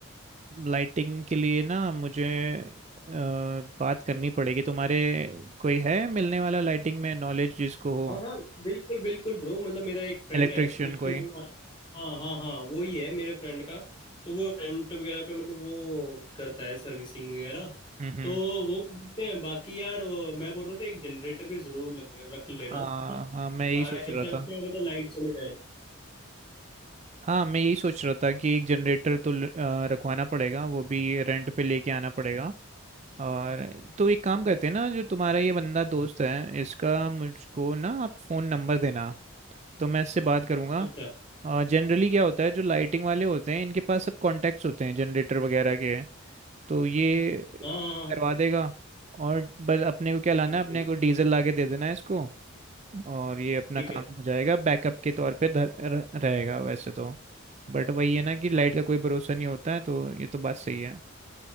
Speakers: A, on the right; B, on the left.
A: लाइटिंग के लिए ना मुझे अ, बात करनी पड़ेगी तुम्हारे कोई है मिलने वाला लाइटिंग में नॉलेज जिसको हो
B: हाँ हाँ बिल्कुल बिल्कुल ब्रो मतलब मेरा एक फ्रेंड
A: इलेक्ट्रिशियन
B: है वो उसकी
A: कोई
B: थोड़ा हाँ हाँ हाँ वो ही है मेरे फ्रेंड का तो वो रेंट वगैरह पे मतलब वो करता है सर्विसिंग वगैरह
A: हम्म हम्म
B: तो वो कर सकते हैं बाकी यार वो- मैं बोल रहा था एक जनरेटर भी जरूर लग, रख लेना
A: हाँ
B: ना
A: हाँ मैं
B: बाय
A: यही सोच रहा
B: चांस
A: था
B: क्या पता लाइट चले जाए
A: हाँ मैं यही सोच रहा था कि एक जनरेटर तो ल- अ, रखवाना पड़ेगा वो भी रेंट पे लेके आना पड़ेगा और तो एक काम करते हैं ना जो तुम्हारा ये बंदा दोस्त है इसका मुझको ना आप फ़ोन नंबर देना तो मैं इससे बात करूंगा
B: अच्छा
A: जनरली क्या होता है जो लाइटिंग वाले होते हैं इनके पास सब कॉन्टैक्ट्स होते हैं जनरेटर वगैरह के तो ये
B: हाँ हाँ
A: करवा
B: हाँ हाँ,
A: देगा और बस अपने को क्या लाना
B: बिल्कुल
A: है अपने को डीजल ला के दे देना है इसको और ये अपना
B: ठीक
A: काम
B: है
A: हो जाएगा बैकअप के तौर पे धर र- रहेगा वैसे तो बट वही है ना कि लाइट का कोई भरोसा नहीं होता है तो ये तो बात सही है